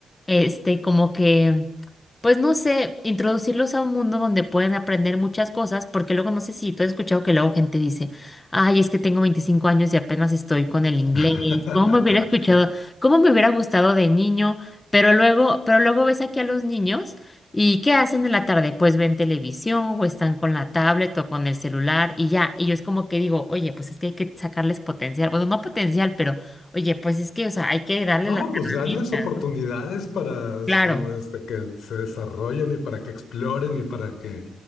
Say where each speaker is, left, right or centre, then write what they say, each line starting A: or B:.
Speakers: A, on the left; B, on the left.
A: este, como que pues no sé, introducirlos a un mundo donde pueden aprender muchas cosas, porque luego no sé si tú has escuchado que luego gente dice, ay, es que tengo 25 años y apenas estoy con el inglés,
B: <laughs>
A: ¿cómo me hubiera escuchado, cómo me hubiera gustado de niño? Pero luego, pero luego ves aquí a los niños y ¿qué hacen en la tarde? Pues ven televisión o están con la tablet o con el celular y ya, y yo es como que digo, oye, pues es que hay que sacarles potencial, bueno, no potencial, pero oye, pues es que, o sea, hay que darle
B: No,
A: las
B: pues darles
A: herramientas,
B: oportunidades
A: ¿no?
B: para
A: Claro,
B: su, este, que se desarrollen y para que exploren y para que